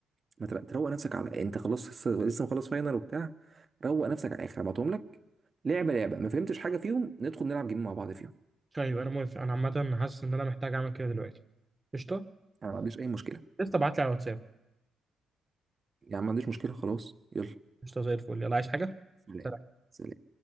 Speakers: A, on the right; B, on the right.
A: ما تر- تروق نفسك على انت خلاص لسه لسه مخلص فاينل وبتاع روق نفسك على الاخر هبعتهم لك لعبه لعبه ما فهمتش حاجه فيهم ندخل نلعب جيم مع بعض فيهم
B: طيب انا موافق انا عامه حاسس ان انا محتاج اعمل كده دلوقتي قشطه
A: انا ما عنديش اي مشكله
B: لسه ابعت لي على الواتساب
A: يعني ما عنديش مشكله خلاص يلا
B: قشطه زي الفل يلا عايز حاجه
A: سلام
B: سلام.
A: سلام